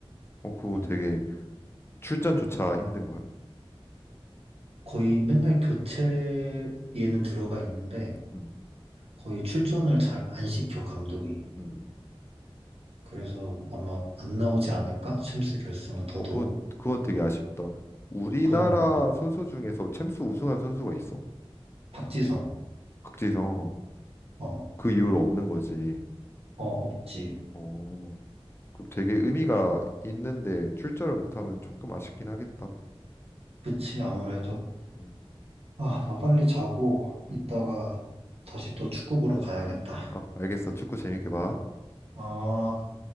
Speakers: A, on the left; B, on the right.
A: 어 그거
B: 음.
A: 되게 출전조차 힘든 거야?
B: 거의 맨날 교체에는 들어가 있는데
A: 음,
B: 거의 출전을 잘 안 시켜, 감독이.
A: 음, 음.
B: 그래서 아마 안 나오지 않을까? 챔스 결승은 더더욱.
A: 어, 그건, 그건 되게 아쉽다. 우리나라
B: 그러니까.
A: 선수 중에서 챔스 우승한 선수가 있어?
B: 박지성.
A: 박지성.
B: 어,
A: 그 이후로 없는 거지.
B: 어, 없지.
A: 어, 그 되게 의미가 있는데 출전을 못하면 조금 아쉽긴 하겠다.
B: 그치, 아무래도.
A: 음,
B: 아, 나 빨리 자고 이따가
A: 음.
B: 다시 또 축구 보러 가야겠다.
A: 아, 알겠어. 축구 재밌게 봐.
B: 아.